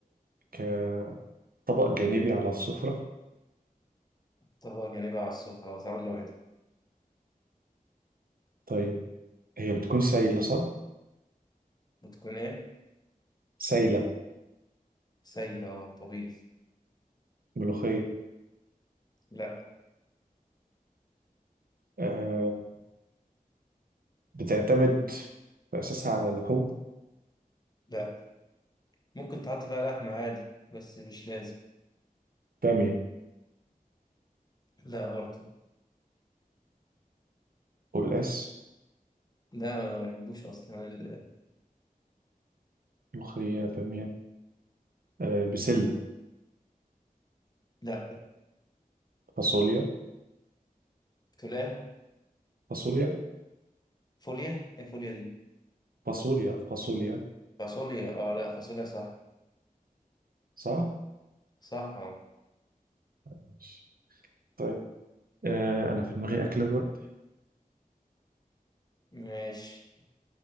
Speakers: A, on the right; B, on the left.
A: كطبق جانبي على السفرة
B: طبق جانبي على السفرة بتتعمل لوحدها
A: طيب هي بتكون سايلة صح؟
B: بتكون إيه؟
A: سايلة
B: سايلة آه، طبيخ
A: ملوخية
B: لأ
A: أه بتعتمد في أساسها على لحوم
B: لأ ممكن تحط فيها لحمة عادي بس مش لازم
A: بامية
B: لا برضه
A: قلقاس
B: ده ما بحبوش اصلا ال-
A: ملوخية بامية آه بسلة
B: لا
A: فاصوليا
B: تولاه
A: فاصوليا
B: فوليا ايه فوليا دي
A: فاصوليا فاصوليا
B: فاصوليا اه لا فاصوليا صح
A: صح؟
B: صح اه
A: ماشي. طيب آه أنا في دماغي أكلة الوقت
B: ماشي